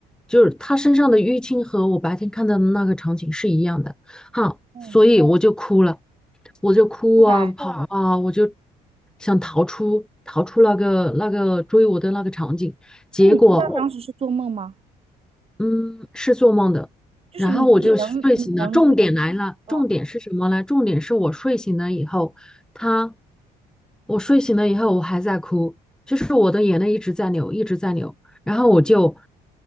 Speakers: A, in the centre; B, on the right.
A: 就是他身上的淤青和我白天看到的那个场景是一样的，哈，
B: 嗯。
A: 所以我就哭了，我就哭啊跑啊，
B: 后来，
A: 我就想逃出逃出那个那个追我的那个场景，结果。
B: 那你知道当时是做梦吗？
A: 嗯，是做梦的。
B: 就是你你能你能就
A: 然后我就就睡醒了。重点来了，
B: 哦
A: 重点是什么呢？重点是我睡醒了以后，他，我睡醒了以后，我还在哭，就是我的眼泪一直在流，一直在流。然后我就